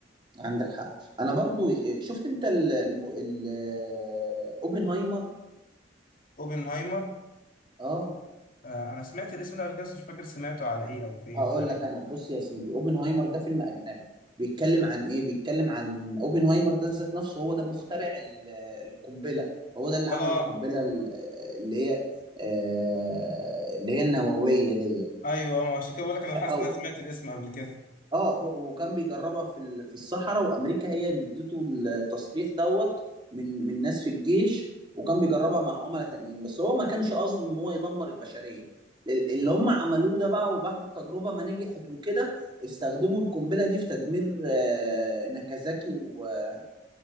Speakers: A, on the right (about 25°); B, on the left (about 50°).
A: عندك حق انا برضو آه، شفت انت ال الم- ال- آه، اوبنهايمر
B: اوبنهايمر
A: اه
B: آه، انا سمعت الاسم ده قبل كده بس مش فاكر سمعته على ايه او فين
A: هقول
B: فريق
A: لك انا بص يا سيدي اوبنهايمر ده فيلم اجنبي بيتكلم عن ايه بيتكلم عن اوبنهايمر ده ذات نفسه هو ده مخترع ال- آه، القنبله هو ده اللي
B: اه
A: عمل القنبله ال- آه، اللي هي آه، اللي هي النوويه دي
B: ايوه عشان كده بقول لك انا حاسس
A: او
B: ان انا سمعت الاسم قبل كده
A: اه ب- وكان بيجربها في ال- في الصحراء وامريكا هي اللي ادته التصريح دوت من من ناس في الجيش وكان بيجربها مع عملاء تانيين بس هو ما كانش قصده ان هو يدمر البشريه ال- اللي هم عملوه ده بقى وبعد التجربه ما نجحت وكده استخدموا القنبله دي في تدمير آه، ناكازاكي وتدمير